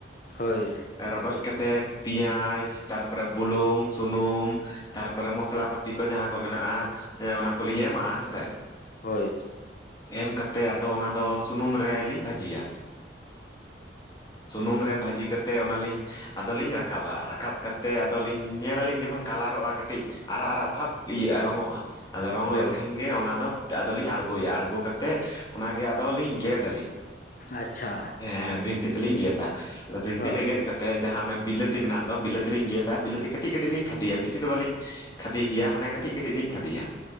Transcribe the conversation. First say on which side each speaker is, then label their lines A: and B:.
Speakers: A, on the left (about 45°); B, on the left (about 20°).
A: ᱦᱳᱭ᱾
B: ᱨᱚᱰᱚᱡ ᱠᱟᱛᱮᱜ ᱯᱤᱭᱟᱸᱡᱽ ᱛᱟᱨᱯᱚᱨᱮ ᱵᱩᱞᱩᱝ, ᱥᱩᱱᱩᱢ ᱛᱟᱨᱯᱚᱨᱮ ᱢᱚᱥᱞᱟ ᱯᱟᱹᱛᱤ ᱠᱚ ᱡᱟᱦᱟᱸ ᱠᱚ ᱢᱮᱱᱟᱜᱼᱟ ᱮᱸ ᱚᱱᱟ ᱠᱚᱞᱤᱧ ᱮᱢᱟᱜᱼᱟ ᱦᱮᱸᱥᱮ,
A: ᱦᱳᱭ᱾
B: ᱮᱢ ᱠᱟᱛᱮᱫ ᱟᱫᱚ ᱚᱱᱟᱫᱚ ᱥᱩᱱᱩᱢ ᱨᱮᱞᱤᱧ ᱵᱷᱟᱹᱡᱤᱭᱟ᱾ ᱥᱩᱱᱩᱢ ᱨᱮ ᱵᱷᱟᱹᱡᱤ ᱠᱟᱛᱮ ᱚᱱᱟᱞᱤᱧ ᱟᱫᱚᱞᱤᱧ ᱨᱟᱠᱟᱵᱟ ᱨᱟᱠᱟᱵ ᱠᱟᱛᱮ ᱟᱫᱚ ᱞᱤᱧ ᱧᱮᱞ ᱟᱹᱞᱤᱧ ᱡᱚᱠᱷᱚᱱ ᱠᱟᱞᱟᱨᱚᱜᱼᱟ, ᱠᱟᱹᱴᱤᱡ ᱟᱨᱟᱜ ᱟᱨᱟᱜ ᱵᱷᱟᱵᱽ ᱤᱭᱟᱹᱜᱼᱟ ᱨᱚᱝᱚᱜᱼᱟ ᱟᱫᱚ ᱨᱚᱝ
A: ᱦᱳᱭ
B: ᱞᱮᱱᱠᱷᱟᱱ ᱜᱮ ᱚᱱᱟ ᱫᱚ ᱟᱫᱚ ᱞᱤᱧ ᱟᱬᱜᱚᱭᱟ ᱟᱬᱜᱚ ᱠᱟᱛᱮ ᱚᱱᱟ ᱜᱮ ᱟᱫᱚ ᱞᱤᱧ ᱜᱮᱫ ᱟᱞᱤᱧ ᱾ ᱦᱮᱸ
A: ᱟᱪᱪᱷᱟ
B: ᱦᱮᱸ ᱵᱷᱤᱱᱴᱤ ᱛᱮᱞᱤᱧ ᱜᱮᱫᱟ, ᱟᱫᱚ ᱵᱷᱤᱱᱴᱤ
A: ᱚ
B: ᱛᱮ ᱜᱮᱫ ᱠᱟ ᱱᱚᱛᱮ ᱡᱟᱦᱟ ᱚᱱᱮ ᱵᱤᱞᱟᱹᱛᱤ ᱢᱮᱱᱟᱜ ᱫᱚ ᱵᱤᱞᱟᱹᱛᱤ ᱞᱤᱧ ᱜᱮᱫᱟ, ᱵᱤᱞᱟᱹᱛᱤ ᱠᱟᱹᱴᱤᱡ ᱠᱟᱹᱴᱤᱡ ᱞᱤᱧ ᱠᱷᱟᱫᱤᱭᱟ ᱵᱮᱥᱤ ᱫᱚ ᱵᱟᱹᱞᱤᱧ ᱠᱷᱟᱫᱤ ᱜᱮᱭᱟ ᱢᱟᱱᱮ ᱠᱟᱹᱴᱤᱡ ᱠᱟᱹᱴᱤᱡ ᱞᱤᱧ ᱠᱷᱟᱫᱤᱭᱟ